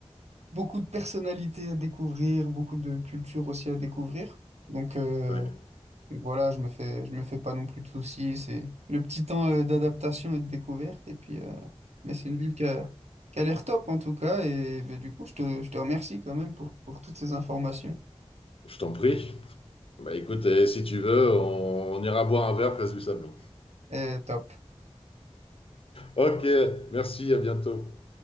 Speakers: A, on the right (about 80°); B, on the left (about 55°).
A: beaucoup de personnalités à découvrir, beaucoup de cultures aussi à découvrir. Donc, euh,
B: Ouais,
A: Donc voilà, je me fais, je me fais pas non plus de soucis. C'est le petit temps euh, d'adaptation et de découverte. Et puis, euh, mais c'est une ville qui a, qui a l'air top en tout cas. Et ben, du coup, je te, je te remercie quand même pour, pour toutes ces informations.
B: je t'en prie. Bah, écoute, eh, si tu veux, on, on ira boire un verre place du Sablon.
A: Euh, top.
B: Ok, merci, à bientôt.